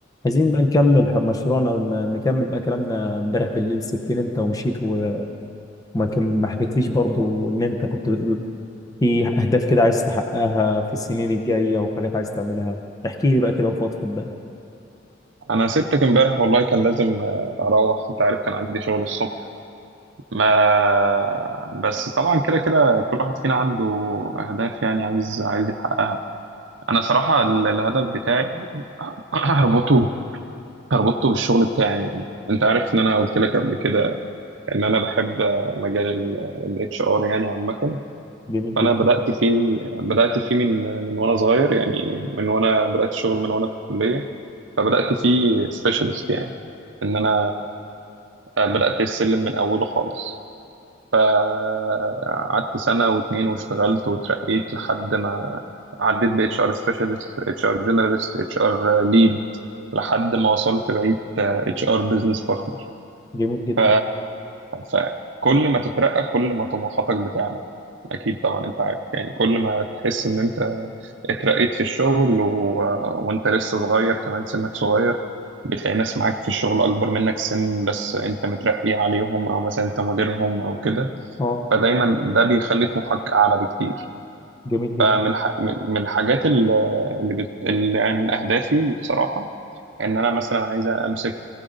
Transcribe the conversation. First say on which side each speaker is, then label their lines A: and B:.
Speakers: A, on the left (about 20°); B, on the right (about 70°).
A: عايزين بقى نكمل ح- مشروعنا م- نكمل بقى كلامنا امبارح بالليل سبتني انت ومشيت و- وما كم- ما حكيتليش برضو ان انت كنت بتقول في اهداف كده عايز تحققها في السنين الجاية وحاجات عايز تعملها احكي لي بقى كده وفضفض بقى
B: انا سبتك امبارح والله كان لازم آه، اروح انت عارف كان عندي شغل الصبح ما بس طبعا كده كده كل واحد فينا عنده اهداف يعني عايز عايز يحققها انا صراحة ال- الهدف بتاعي <coughs> <laughs> هربطه هربطه بالشغل بتاعي يعني انت عارف ان انا قلت لك قبل كده ان انا بحب مجال الاتش ار يعني عامة
A: جميل
B: فانا
A: جدا
B: بدأت فيه بدأت فيه من من وانا صغير يعني من وانا بدأت شغل من وانا في الكلية فبدأت فيه سبيشالست يعني ان انا آه، بدأت السلم من أوله خالص فقعدت سنة واتنين واشتغلت وترقيت لحد ما عديت ب HR specialist HR generalist HR lead لحد ما وصلت بقيت آه، HR business partner
A: جميل جدا
B: ف... فكل ما تترقى كل ما طموحاتك بتعلى اكيد طبعا انت عارف يعني كل ما تحس ان انت اترقيت في الشغل و... وانت لسه صغير كمان سنك صغير بتلاقي ناس معاك في الشغل اكبر منك سن بس انت مترقي عليهم او مثلا انت مديرهم او كده
A: اه
B: فدايما ده بيخلي طموحك اعلى بكتير
A: جميل جدا
B: فمن ح- من من الحاجات ال- اللي, بت... اللي يعني من أهدافي بصراحة إن أنا مثلا عايز أمسك